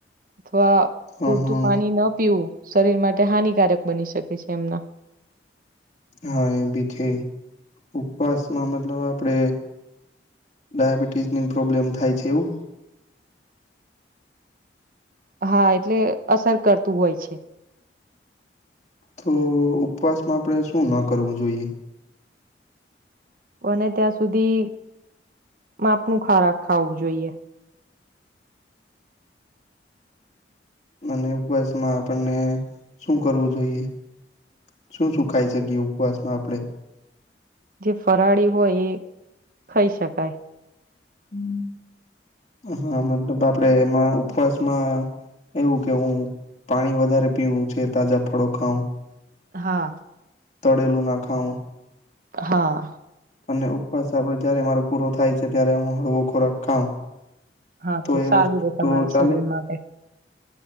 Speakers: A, on the right (about 50°); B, on the left (about 40°).
A: અથવા
B: હા
A: પૂરતું
B: હા
A: પાણી ન પીવું શરીર માટે હાનિકારક બની શકે છે એમના,
B: હા એ બી છે ઉપવાસમાં મતલબ આપડે ડાયાબિટીસની પ્રોબ્લેમ થાય છે એવું?
A: હા એટલે અસર કરતું હોય છે.
B: તો ઉપવાસમાં આપણે શું ના કરવું જોઈએ?
A: બને ત્યાં સુધી માપનું ખાવાનુ ખાવું જોઈએ
B: અને ઉપવાસમાં આપણને શું કરવું જોઈએ? શું શું ખાઈ શકીએ ઉપવાસમાં આપણે?
A: જે ફરાળી હોય એ ખાઈ શકાય.
B: આપણે હા મતલબ આપડે એમાં ઉપવાસમાં? એવું કે હું પાણી વધારે પીવું છે તાજા ફળો ખાઉં?
A: હા
B: તળેલું ના ખાઉં,
A: હા!
B: અને ઉપવાસ આપડે જયારે મારો પૂરો થાય છે, ત્યારે હું હળવો ખોરાક ખાઉં
A: હા તો
B: એ
A: સારું
B: વસ્તુ
A: રે તમારા
B: તો ચાલે
A: શરીર માટે.